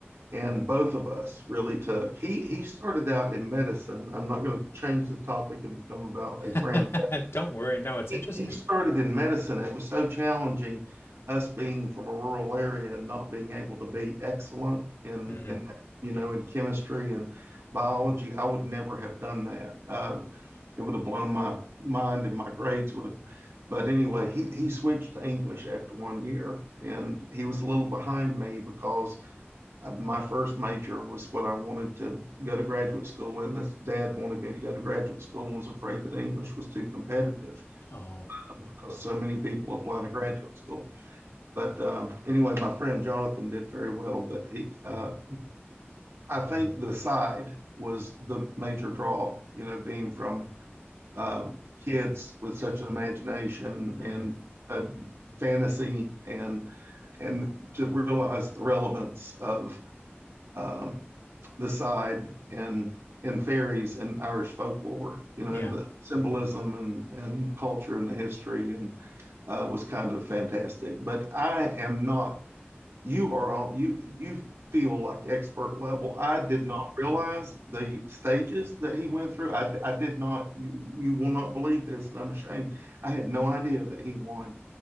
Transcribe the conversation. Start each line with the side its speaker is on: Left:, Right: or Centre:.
Right: And both of us really took. He he started out in medicine. I'm not going to change the topic and become about a friend
Left: <laughs> don't worry. No, it's
Right: he
Left: interesting.
Right: started in medicine. It was so challenging, us being from a rural area and not being able to be excellent in,
Left: Mm.
Right: in you know, in chemistry and biology. I would never have done that. Uh, it would have blown my mind, and my grades would have. But anyway, he, he switched to English after one year, and he was a little behind me because my first major was what I wanted to go to graduate school in. His dad wanted me to go to graduate school and was afraid that English was too competitive
Left: Oh,
Right: because so many people apply to graduate school. But um, anyway, my friend Jonathan did very well, but he, uh, I think the side was the major draw, you know, being from uh, kids with such an imagination
Left: mm.
Right: and a fantasy and and to realize the relevance of um, the side and and fairies and Irish folklore, you know,
Left: yeah.
Right: and the symbolism and, and culture and the history and uh, was kind of fantastic. But I am not. You are on. You you feel like expert level. I did not realize the stages that he went through. I, I did not. You you will not believe this, and I'm ashamed. I had no idea that he won